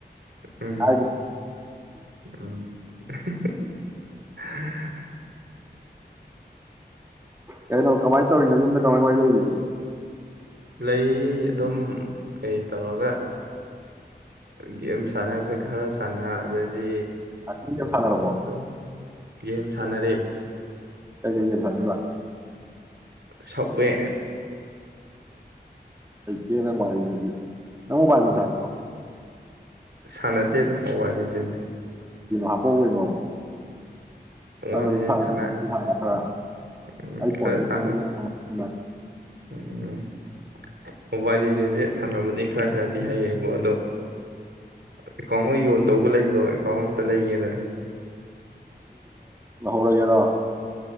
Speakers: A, on the right; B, on the right.
A: ꯎꯝ
B: ꯍꯥꯏꯦ
A: ꯎꯝ <inaudible>
B: ꯀꯩꯅ ꯅ ꯀꯃꯥꯏ ꯇꯧꯔꯤꯅ ꯌꯨꯝꯗ ꯇꯧꯔ ꯑꯩꯈꯣꯏ ꯂꯩꯔꯤꯒꯦ
A: ꯂꯩ ꯑꯗꯨꯝ ꯀꯩ ꯇꯧꯔꯒ ꯒꯦꯝ ꯁꯥꯟꯅꯈꯩ ꯈꯔ ꯁꯥꯟꯅ ꯑꯗꯩꯗꯤ
B: ꯑꯦ ꯐꯂꯔꯔꯕꯣ
A: ꯑꯗꯨꯝ ꯒꯦꯝ ꯁꯥꯟꯅꯔꯦ
B: ꯀꯖꯦꯜ ꯊꯕ
A: ꯁꯛꯋꯦ
B: ꯌꯦꯦꯅ ꯃꯥꯒꯗꯤ ꯅꯪ ꯃꯣꯕꯥꯏꯜ ꯂꯦꯖꯤꯟ ꯁꯅꯥꯕ꯭ꯔꯣ?
A: ꯁꯥꯟꯅꯗꯦꯗ ꯍꯋꯥꯅꯤ ꯆꯤꯟꯗꯦ
B: ꯍꯥꯄꯦꯅꯣ
A: ꯃꯣꯕꯥꯏꯜ
B: ꯅꯪ ꯑꯗꯨꯝ
A: ꯂꯤꯖꯦꯟ
B: ꯁꯥꯟꯅꯗꯣꯏꯗꯤ
A: ꯁꯥꯟꯅ
B: ꯍꯥꯟꯅ ꯈꯔ
A: ꯎꯝ
B: ꯑꯩ
A: ꯈꯔ
B: ꯐꯣꯟꯗ
A: ꯁꯥꯟꯅ
B: ꯑ
A: ꯎꯝ ꯃꯣꯕꯥꯏꯜ ꯂꯤꯗꯤꯖꯦꯟꯁꯦ ꯁꯥꯟꯅꯕꯗꯤ ꯈꯔ ꯈꯔꯗꯤ ꯍꯩꯌꯦꯕꯣ ꯑꯗꯣ ꯑꯦꯀꯥꯎꯟ ꯌꯣꯟꯗꯧꯕꯒ ꯂꯩꯕ꯭ꯔꯣ ꯑꯦꯀꯥꯎꯟ ꯑꯝꯇ ꯂꯩꯒꯦꯗꯅ
B: ꯍꯧꯔꯒꯦꯔꯥ